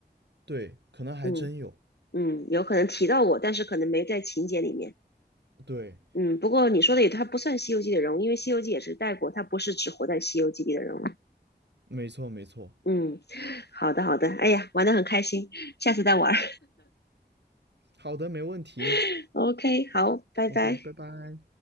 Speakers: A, on the right (about 80°); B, on the left (about 70°).
A: 对，可能还真有，
B: 嗯嗯，有可能提到我，但是可能没在情节里面。
A: 对，
B: 嗯，不过你说的也，他不算《西游记》的人物，因为《西游记》也是带过，他不是只活在《西游记》里的人物。
A: 没错，没错，
B: 嗯，好的好的，哎呀，玩得很开心，下次再玩儿。
A: 好的，没问题
B: <laughs> OK，好，拜拜。
A: ，OK，拜拜。